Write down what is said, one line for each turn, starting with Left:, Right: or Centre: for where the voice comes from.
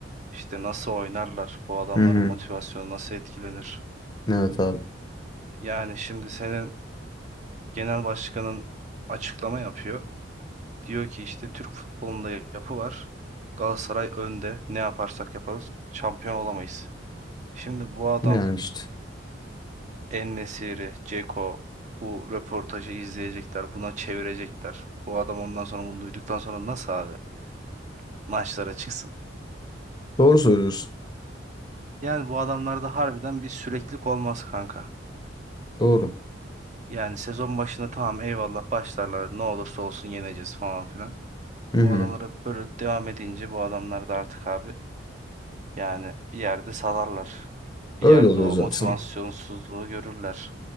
Right: İşte nasıl oynarlar? Bu adamların
Left: Hı hı.
Right: motivasyonu nasıl etkilenir?
Left: Evet abi.
Right: Yani şimdi senin genel başkanın açıklama yapıyor. Diyor ki işte Türk futbolunda yapı var. Galatasaray önde. Ne yaparsak yaparız şampiyon olamayız. Şimdi bu adam
Left: Yani işte.
Right: En-Nesyri, Dzeko bu röportajı izleyecekler. Buna çevirecekler. Bu adam ondan sonra bunu duyduktan sonra nasıl abi maçlara çıksın?
Left: Doğru söylüyorsun.
Right: Yani bu adamlarda harbiden bir süreklilik olmaz kanka.
Left: Doğru.
Right: Yani sezon başında tamam eyvallah başlarlar ne olursa olsun yeneceğiz falan filan.
Left: Hı
Right: Bu
Left: hı.
Right: adamlar hep böyle devam edince bu adamlar da artık abi yani bir yerde salarlar. Bir
Left: Öyle
Right: yerde
Left: oluyor
Right: o
Left: zaten.
Right: motivasyonsuzluğu görürler.